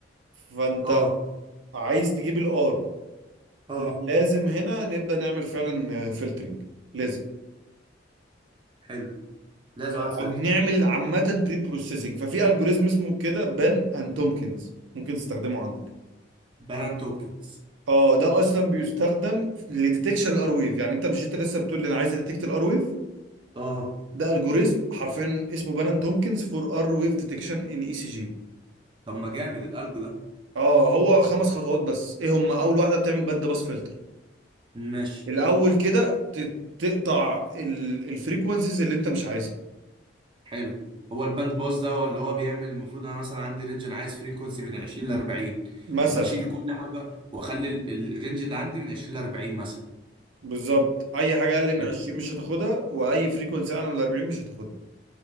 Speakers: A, on the right; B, on the right.
A: فانت
B: اه
A: عايز تجيب الار
B: اه
A: لا لازم هنا نبدا نعمل فعلا فلترنج لازم
B: حلو لازم
A: او
B: اعمل فلتر
A: نعمل عامه بري بروسيسنج ففي الجوريزم اسمه كده بان اند تومكنز ممكن تستخدمه عندك
B: بارنت اوبتكس
A: اه ده اصلا بيستخدم لديتكشن الار ويف يعني انت مش انت لسه بتقول لي انا عايز اديتكت الار ويف
B: اه
A: ده الجوريزم حرفيا اسمه بان اند تومكنز فور ار ويف ديتكشن ان اي سي جي
B: طب ما جامد الالجو ده
A: اه هو خمس خطوات بس ايه هم اول واحده بتعمل باند باس فلتر
B: ماشي
A: الاول كده ت- تقطع الفريكونسيز اللي انت مش عايزها
B: حلو هو الباند باس ده هو اللي هو بيعمل المفروض انا مثلا عندي رينج انا عايز فريكونسي من 20 ل 40
A: مثلا
B: بشيل كل حاجه واخلي ال- ال- الرينج اللي عندي من 20 ل 40 مثلا
A: بالظبط اي حاجه اقل
B: حلو
A: من 20 مش هتاخدها واي فريكونسي اعلى من 40 مش هتاخدها